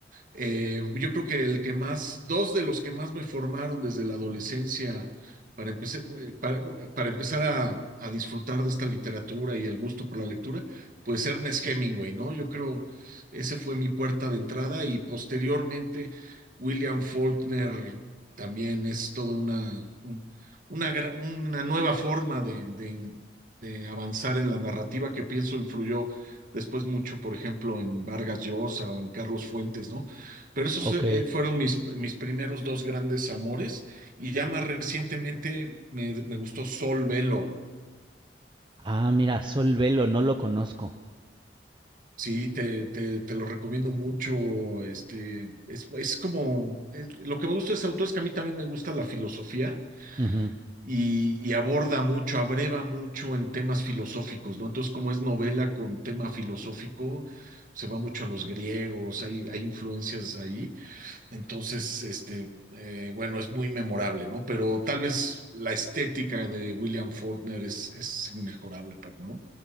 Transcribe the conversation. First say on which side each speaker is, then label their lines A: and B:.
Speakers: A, on the right; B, on the right.
A: Eh, yo creo que el que más, dos de los que más me formaron desde la adolescencia para, empecé- eh, para, para empezar a, a disfrutar de esta literatura y el gusto por la lectura, pues Ernest Hemingway, ¿no? Yo creo, ese fue mi puerta de entrada y posteriormente William Faulkner también es toda una, un- una, gra- una nueva forma de, de, de avanzar en la narrativa que pienso influyó después mucho, por ejemplo, en Vargas Llosa o en Carlos Fuentes, ¿no? Pero esos
B: Ok.
A: eh, fueron mis, mis primeros dos grandes amores y ya más recientemente me, me gustó Sol Velo.
B: Ah, mira, Sol Velo, no lo conozco.
A: Sí, te, te, te lo recomiendo mucho. Este, es, es como, es- lo que me gusta de ese autor es que a mí también me gusta la filosofía
B: Ujú.
A: y, y aborda mucho, abreva mucho en temas filosóficos, ¿no? Entonces, como es novela con tema filosófico, se va mucho a los griegos, hay, hay influencias ahí. Entonces, este, eh, bueno, es muy memorable, ¿no? Pero tal vez la estética de William Faulkner es, es inmejorable, pa- ¿no?